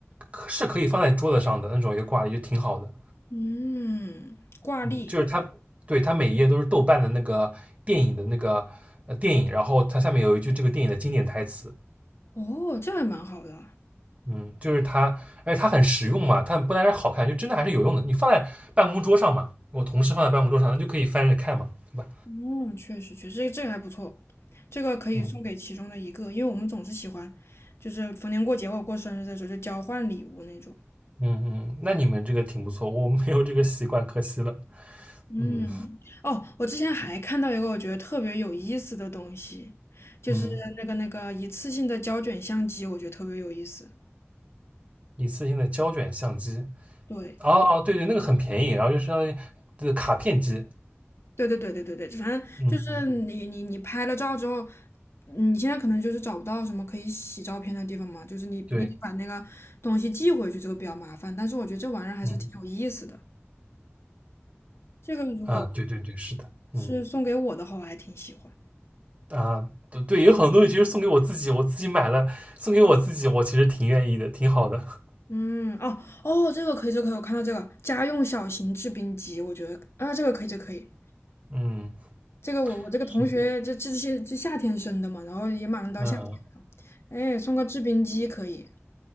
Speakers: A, on the right; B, on the left.
A: 可是可以放在桌子上的那种一个挂历，就挺好的。
B: 嗯，挂历，
A: 嗯，就是它，对，它每一页都是豆瓣的那个电影的那个呃电影，然后它下面有一句这个电影的经典台词，
B: 哦，这还蛮好的啊，
A: 嗯，就是它，而且它很实用嘛，它不单是好看，就真的还是有用的。你放在办公桌上嘛，我同事放在办公桌上，那就可以翻着看嘛，对吧？
B: 嗯，确实确实，这个这个还不错。这个可以送给其中的一个，
A: 嗯
B: 因为我们总是喜欢，就是逢年过节或者过生日的时候就交换礼物那种。
A: 嗯嗯，那你们这个挺不错，我没有这个习惯，可惜了。
B: 嗯，
A: 嗯
B: 哦，我之前还看到一个我觉得特别有意思的东西，就是那个那个一次性的胶卷相机，
A: 嗯，
B: 我觉得特别有意思。
A: 一次性的胶卷相机，
B: 对，
A: 哦哦，对对，那个很便宜，然后就相当于这个卡片机。
B: 对对对对对对，反正就是你你你拍了照之后，
A: 嗯嗯，
B: 你现在可能就是找不到什么可以洗照片的地方嘛，就是你你得把那个东西寄回去，
A: 对，
B: 这个比较麻烦。但是我觉得这玩意儿还是挺有意思的。
A: 嗯
B: 这个如果
A: 啊，对对对，是的，
B: 是送给我的话，
A: 嗯
B: 我还挺喜欢。
A: 啊，对对，有很多东西其实送给我自己，我自己买了，送给我自己，我其实挺愿意的，挺好的。
B: 嗯，哦哦，这个可以，这个可以，我看到这个家用小型制冰机，我觉得啊，这个可以，这个可以，
A: 嗯，
B: 这个我我这个同学这这些这夏天生的嘛，
A: 是的，
B: 然后也马上到夏天了，
A: 嗯。
B: 哎，送个制冰机可以。